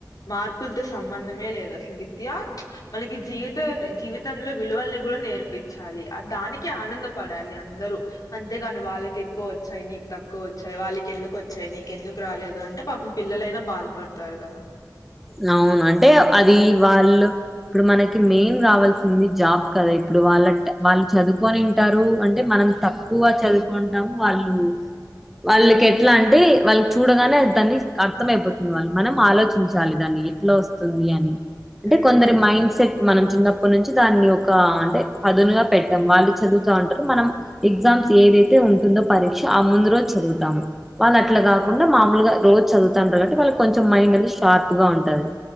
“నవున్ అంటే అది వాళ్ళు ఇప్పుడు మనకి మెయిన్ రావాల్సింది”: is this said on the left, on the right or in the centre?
Centre